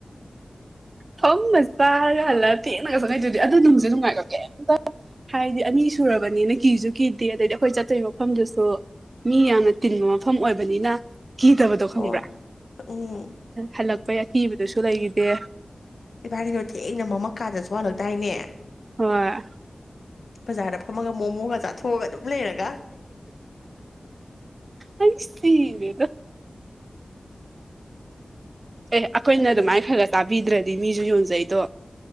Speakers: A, on the right; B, on the left.
A: ꯐꯝꯃ ꯆꯥꯔ ꯍꯜꯂꯥꯛꯑꯒ ꯊꯦꯡꯅꯒꯆꯪꯉꯥꯛꯏꯗꯨꯗꯤ ꯑꯗꯨ ꯅꯨꯡꯁꯦ ꯅꯨꯡꯉꯥꯏꯀꫭ ꯀꯩꯝꯇ ꯍꯥꯏꯗꯤ ꯑꯅꯤ ꯁꯨꯔꯕꯅꯤꯅ ꯀꯤꯁꯨ ꯀꯤꯗꯦ ꯑꯗꯩꯗꯤ ꯑꯩꯈꯣꯏ ꯆꯠꯇꯣꯏ ꯃꯐꯝꯗꯨꯁꯨ ꯃꯤ ꯌꯥꯝꯅ ꯇꯤꯟꯕ ꯃꯐꯝ ꯑꯣꯏꯕꯅꯤꯅ ꯀꯤꯗꯕꯗꯣ ꯈꯪꯕ꯭ꯔꯥ
B: ꯍꯣꯏ ꯎꯝ
A: ꯍꯜꯂꯛꯄꯩ ꯑꯀꯤꯕꯗꯨꯁꯨ ꯂꯩꯈꯤꯗꯦ
B: ꯏꯕꯥꯅꯤꯗꯣ ꯊꯦꯡꯅ ꯃꯃꯥꯛ ꯀꯟꯗꯁꯨ ꯍꯜꯂꯛꯇꯥꯏꯅꯦ
A: ꯍꯣꯏ
B: ꯕꯖꯥꯔꯗ ꯐꯝꯃꯒ ꯃꯣꯃꯣꯒ ꯆꯥꯊꯣꯛꯑꯒ ꯑꯗꯨꯝ ꯂꯩꯔꯒ
A: ꯑꯩ ꯁꯤꯔꯦꯗ ꯑꯦ ꯑꯩꯈꯣꯏꯅ
B: ꯑꯗꯣ
A: ꯑꯗꯨꯃꯥꯏꯅ
B: ꯅꯪ
A: ꯈꯔ ꯈꯔ ꯆꯕꯤꯗ꯭ꯔꯗꯤ ꯃꯤꯁꯨ ꯌꯣꯟꯖꯩꯗꯣ